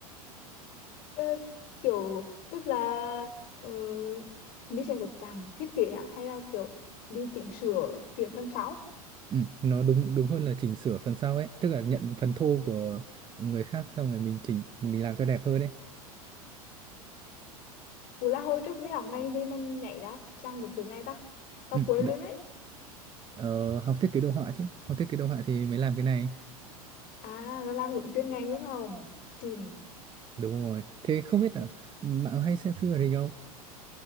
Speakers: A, on the left; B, on the right.
A: Ờ, kiểu tức là ờ, mình sẽ được rằng thiết kế á, hay là kiểu đi chỉnh sửa phía phần sau
B: ừ, nó đúng đúng hơn là chỉnh sửa phần sau ấy tức là nhận phần thô của người khác xong rồi mình chỉnh mình làm cho đẹp hơn ấy
A: Ủa là hồi trước mới học ngành gì mà nhảy ra làm được việc này ta tao
B: ừ,
A: quên
B: đấy.
A: luôn đấy
B: Ờ, học thiết kế đồ họa chứ học thiết kế đồ họa thì mới làm cái này
A: à là làm đúng chuyên ngành luôn không xin
B: đúng rồi thế không biết là bạn có hay xem phim hoạt hình không